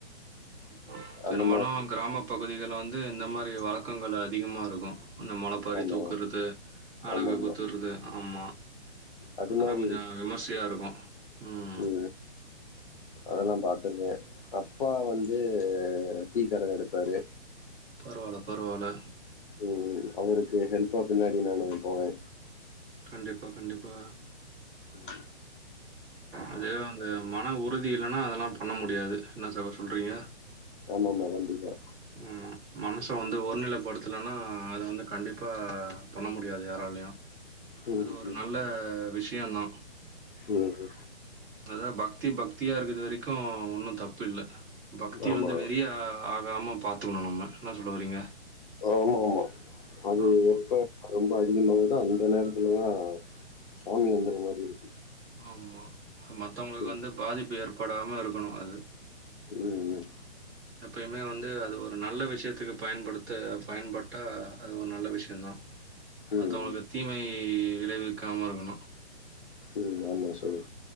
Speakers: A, on the right (about 20°); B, on the left (about 50°).
A: ம் பெரும்பாலு
B: அந்த மாரி
A: கிராம பகுதிகள வந்து இந்த மாரி வழக்கங்கள் அதிகமா இருக்கு இந்த முளப்பாறி
B: ஆமா.
A: தூக்குறது அலகு
B: ஆமாமா.
A: குத்துறது ஆமா
B: அது
A: அதல்லா
B: மாரி
A: கொஞ்சோ விமர்சையா இருக்கும் ம்
B: என்ன அதெல்லாம் பாத்துருக்கே அப்பா வந்து தீக்கரகம் எடுப்பாரு
A: பரவால்ல பரவால்ல
B: ம் ம் அவருக்கு ஹெல்ப்பா பின்னாடி நானு போவே
A: கண்டிப்பா கண்டிப்பா
B: உம்
A: அது அந்த மன உறுதி இல்லைன்னா அதெல்லாம் பண்ண முடியாது என்ன சகோ சொல்றீங்க
B: ஆமா ஆமா கண்டிப்பா
A: ஆமா மனச வந்து ஒரு நிலைப்படுத்தலைன்னா அத வந்து கண்டிப்பா பண்ண முடியாது யாராலயு
B: ம்,
A: அது ஒரு
B: ம்,
A: நல்ல விஷயந்தா
B: ம் ஹு
A: அதா பக்தி பக்தியா இருக்குது வரைக்கும் ஒன்னும் தப்பு இல்ல பக்தி
B: ஆமா.
A: வந்து வெறியா ஆ காம பாத்துக்கணு நம்ம என்ன சொல்ல வரீங்க
B: ஆமா ஆமா அது
A: ஆமா,
B: எப்ப ரொம்ப அதிகமாயிதா அந்த நேரத்துல தா சாமி வந்துற மாரி இருக்கு
A: ஆமா அது மத்தவங்களுக்கு
B: ம்,
A: வந்து பாதிப்பு ஏற்படாம இருக்கணு அது
B: ம் ம்
A: எப்பயுமே வந்து அது ஒரு நல்ல விஷயத்துக்கு பயன்படுத்த பயன்பட்டா அது ஒரு நல்ல விஷயந்தா மத்தவங்களுக்கு
B: ம்,
A: தீமை விளைவிக்காம இருக்கணு
B: ம் ஆமா சகோ